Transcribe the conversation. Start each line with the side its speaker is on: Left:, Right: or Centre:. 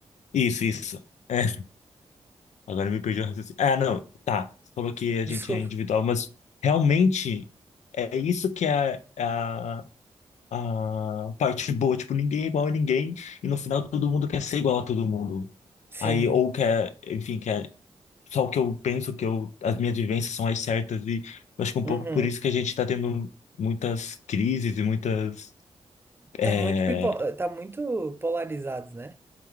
Left: isso, isso. É. Agora me perdi o raciocínio. Ah, não, tá. Você falou que a gente
Right: Desculpa.
Left: é individual, mas realmente é isso que é a, a parte boa. Tipo, ninguém é igual a ninguém e no final todo mundo quer ser igual a todo mundo.
Right: Sim.
Left: Aí, ou quer, enfim, quer só o que eu penso, que eu, as minhas vivências são as certas e eu acho que um
Right: Uhum.
Left: pouco por isso que a gente tá tendo muitas crises e muitas. É...
Right: Tá muito pipo... tá muito polarizados, né?